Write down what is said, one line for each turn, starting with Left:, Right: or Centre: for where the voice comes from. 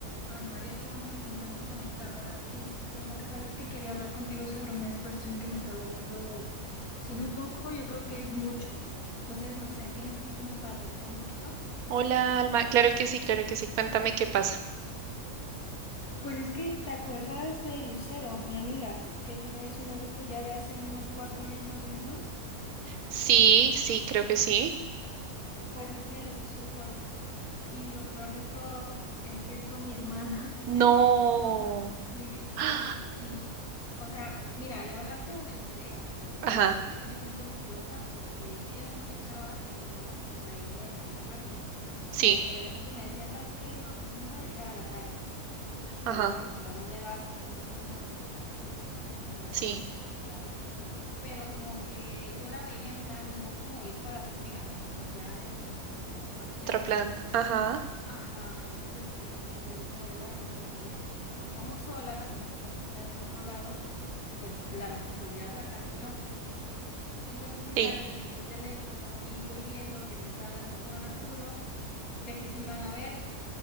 Left: Ay, María, qué bueno que te encuentro conectada. Este, lo que pasa es que quería hablar contigo sobre una situación que me está agobiando, si no poco, yo creo que es mucho. Entonces, no sé, ¿tienes tiempo para platicar un poquito?
Right: Hola, Alma. Claro que sí, claro que sí. Cuéntame qué pasa.
Left: Pues es que te acuerdas de Lucero, mi amiga, que tiene su novio ya de hace unos cuatro años más o menos.
Right: Sí, sí, creo que sí.
Left: Pues es que le puso el cuerno. Y lo peor de todo es que es con mi hermana.
Right: No.
Left: <laughs> O sea, sí, sí,
Right: <gasps>
Left: sí. Y, o sea, mira, la verdad como me enteré,
Right: Ajá,
Left: eh, no me siento orgullosa porque yo ya sospechaba que mi hermana pues se traía ondas con alguien,
Right: sí,
Left: porque de repente me decía, ¿sabes qué? No, pues no voy a llegar a la casa. Y yo,
Right: ajá,
Left: bueno, pero ¿a dónde vas? ¿Con quién vas? No, que con una amiga. Bueno,
Right: sí.
Left: vete con cuidado pero como que yo la veía en plan, no como ir para su amiga, ¿no? Sino ya en, en otras ondas.
Right: plan.
Left: Entonces,
Right: ajá,
Left: ajá, entonces pues dije, no, le voy a revisar el teléfono, porque como estamos solas y mis papás están en otro lado, pues la responsabilidad la cargo yo. Entonces, pues
Right: sí,
Left: ya le revisé el teléfono y voy viendo que se está hablando con Arturo de que se iban a ver,